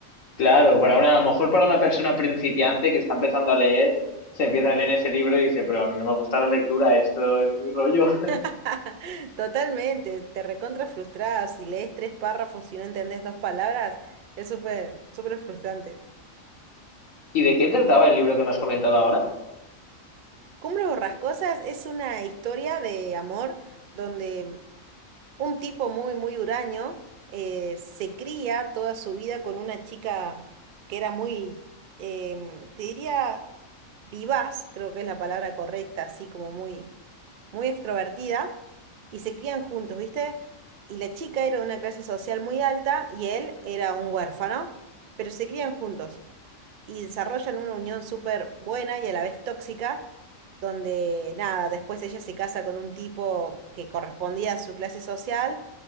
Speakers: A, on the left; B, on the right.
A: Claro, para una, a lo mejor para una persona principiante que está empezando a leer, se empieza a leer ese libro y dice, pero a mí no me gusta la lectura, esto es muy rollo. <laughs>
B: <laughs> Totalmente, te recontra frustrada si lees tres párrafos y no entendés dos palabras, es súper, súper frustrante.
A: ¿Y de qué trataba el libro que me has comentado ahora?
B: Cumbres Borrascosas es una historia de amor donde un tipo muy, muy huraño, eh, se cría toda su vida con una chica que era muy, em, te diría, vivaz, creo que es la palabra correcta, así como muy, muy extrovertida, y se crían juntos, ¿viste? Y la chica era de una clase social muy alta y él era un huérfano, pero se crían juntos y desarrollan una unión súper buena y a la vez tóxica donde nada, después ella se casa con un tipo que correspondía a su clase social